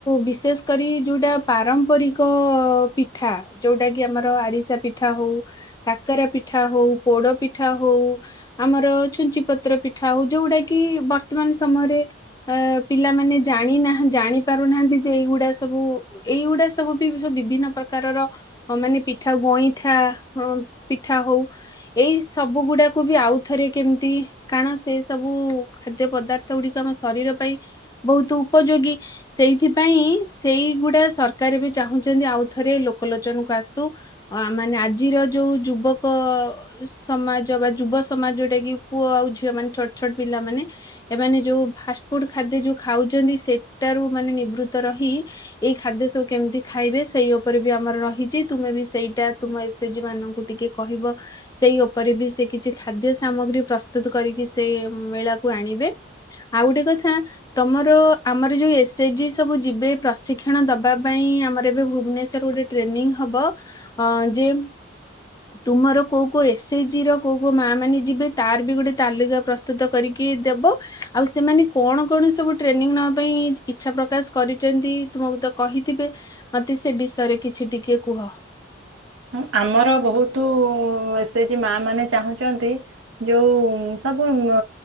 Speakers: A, on the left (about 20°); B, on the right (about 85°).
A: ବିଶେଷ କରି ଯୋଉଟା ପାରମ୍ପରିକ ପିଠା ଯୋଉଟା କି ଆମର ଆରିସା ପିଠା ହଉ କାକରା ପିଠା ହଉ ପୋଡ ପିଠା ହଉ ଆମର ଛୁଞ୍ଚି ପତ୍ର ପିଠା ହଉ ଯୋଉଟା କି ବର୍ତ୍ତମାନ ସମୟରେ ପିଲାମାନେ ଜାଣିନାହାଁନ୍ତି ଜାଣି ପାରୁନାହାନ୍ତି ଯେ ଏଇଗୁଡା ସବୁ ଏଇଗୁଡା ସବୁ ବି ସବୁ ବିଭିନ୍ନ ପ୍ରକାରର ମାନେ ପିଠା ଗଇଁଠା ମିଠା ହଉ ଏଇ ସବୁ ଗୁଡାକୁ ବି ଆଉ ଥରେ କେମିତି କାରଣ ସେ ସବୁ ଖାଦ୍ୟ ପଦାର୍ଥ ଗୁଡିକ ଆମ ଶରୀର ପାଇଁ ବହୁତ ଉପଯୋଗୀ ସେଇଥିପାଇଁ ସେଇଗୁଡା ସରକାର ବି ଚାହୁଁଛନ୍ତି ଆଉ ଥରେ ଲୋକଲୋଚନକୁ ଆସୁ ଅ ମାନେ ଆଜିର ଯୋଉ ଯୁବକ ସମାଜ ବା ଯୁବ ସମାଜ ଯୋଉଟା କି ପୁଅ ଆଉ ଝିଅ ମାନେ ଛୋଟ ଛୋଟ ପିଲାମାନେ ଏମାନେ ଯେଉଁ ଫାଷ୍ଟଫୁଡ଼୍ ଖାଦ୍ୟ ଯେଉଁ ଖାଉଛନ୍ତି ସେଠାରୁ ମାନେ ନିବୃତ୍ତ ରହି ଏଇ ଖାଦ୍ୟ ସବୁ କେମିତି ଖାଇବେ ସେଇ ଉପରେ ବି ଆମର ରହିଛି ତୁମେ ବି ସେଇଟା ତୁମ ଏସ ଏଚଜି ମାନଙ୍କୁ ଟିକେ କହିବ ସେଇ ଉପରେ ବି ସେ କିଛି ଖାଦ୍ୟ ସାମଗ୍ରୀ ପ୍ରସ୍ତୁତୁ କରିକି ସେ ମେଳାକୁ ଆଣିବେ। ଆଉ ଗୋଟେ କଥା। ତମର ଆମର ଯୋଇ ଏସଏଚଜିି ସବୁ ଯିବେ ପ୍ରଶିକ୍ଷଣ ଦବା ପାଇଁ ଆମର ଏବେ ଭୁବନେଶ୍ଵର ଗୋଟେ ଟ୍ରେନିଂ ହବ ଅ ଜେମ୍ ତୁମର କୋଉ କୋଉ ଏସଏସ ଜି ର କୋଉ କୋଉ ମା ମାନେ ଯିବେ ତାର ବି ଗୋଟେ ତାଲିକା ପ୍ରସ୍ତୁତ କରିକି ଦେବ। ଆଉ ସେମାନେ କଣ କଣ ସବୁ ଟ୍ରେନିଂ ନବା ପାଇଁ ଇଚ୍ଛା ପ୍ରକାଶ କରିଛନ୍ତି ତୁମକୁ ତ କହିଥିବେ। ମୋତେ ସେ ବିଷୟରେ କିଛି ଟିକେ କୁହ।
B: ଉଁ ଆମର ବହୁତ ଏସେଜି ମା ମାନେ ଚାହୁଁଚନ୍ତି ଯୋଉଁ ସବୁ ଉଁ